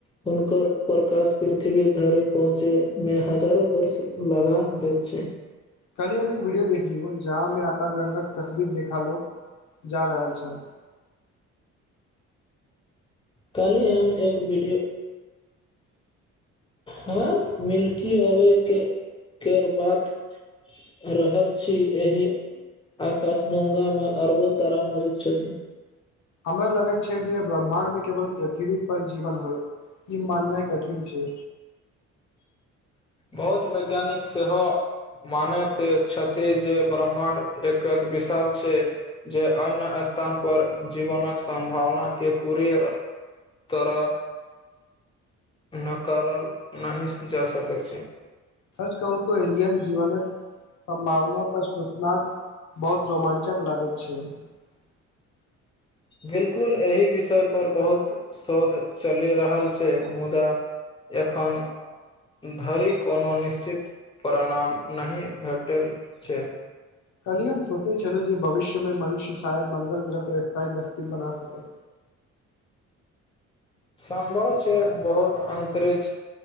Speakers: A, on the left; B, on the left.
A: हुनकर प्रकाश पृथ्वी धरि पहुँचैमे हजारो वर्ष लगा दैत छै
B: काल्हि हम एक वीडियो देखलियो जहाँ में आकाशगंगाके तस्वीर देखालो जा रहल छल
A: काल्हि हम एक वीडियो हाँ मिल्की आवे कऽ केर बात रहल छी एहि आकाशगंगामे अरबो तारा मौजुद छथिन
B: हमरा लागैत छै जँ ब्रह्माणडमे केवल पृथ्वी पर जीवन होइत ई माननाय कठिन छै
A: बहुत वैज्ञानिक सेहो मानैत तऽ छथि जँ ब्रह्माण्ड एकत विशाल छै जे अन्य स्थान पर जीवनक सम्भावना के पुरेर तरह नकारल नहि जा सकैत छै
B: सच कहू तऽ एलियन जीवनक सम्भावना पर सोचलाक बहुत रोमांचक लागैय छैय <inaudible>
A: बिल्कुल अहि विषय पर बहुत शोध चलि रहल छैय मुदा एखन धरि कोनो निश्चित परिणाम नही भेटल छै
B: काल्हि हम सोंचैय छलौं जे भविष्य मे मनुष्य शायद मंगल ग्रह पर असथायी बस्ती बना सकै
A: सम्भव छै बहुत अन्तरिछ